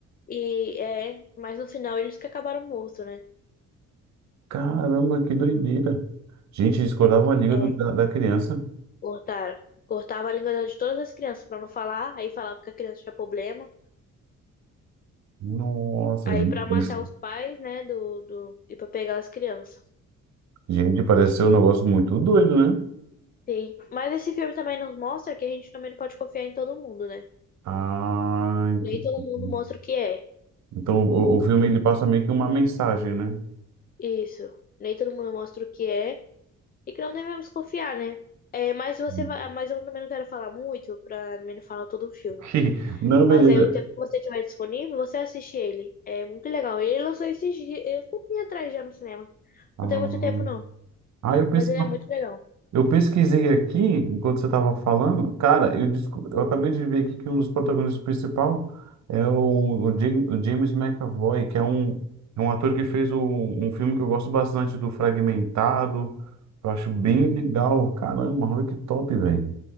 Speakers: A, on the left; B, on the right.
A: E é, mas no final eles que acabaram morto, né?
B: caramba, que doideira. Gente, discordava uma liga
A: É,
B: do- da, da criança.
A: cortaram. Cortava a língua da- de todas as crianças pra não falar, aí falava que a criança tinha problema.
B: Nossa,
A: Aí
B: gente.
A: pra matar
B: parece-
A: os pais, né, do, do e pra pegar as crianças.
B: Gente, parece ser um negócio muito doido, né?
A: Sim. Mas esse filme também nos mostra que a gente também não pode confiar em todo mundo, né?
B: Ah, entendi.
A: Nem todo mundo mostra o que é.
B: Então o, o filme ele passa meio que uma mensagem, né?
A: Isso. Nem todo mundo mostra o que é e que não devemos confiar, né? É, mas você
B: Hum.
A: vai, mas eu também não quero falar muito pra não falar todo o filme.
B: <laughs> Não,
A: Mas
B: beleza.
A: aí o tempo que você tiver disponível, você assiste ele. É muito legal. Ele lançou esses dias, é, um atrás já no cinema.
B: Ah,
A: Não tem muito tempo, não.
B: ah, eu, pes-
A: Mas ele é muito legal.
B: eu pesquisei aqui enquanto você estava falando. Cara, eu, desco- eu acabei de ver aqui que um dos protagonistas principal é o, o Ja- o James McAvoy, que é um, é um ator que fez o- um filme que eu gosto bastante do Fragmentado. Eu acho bem
A: Hum,
B: legal. Caramba, olha que top, velho.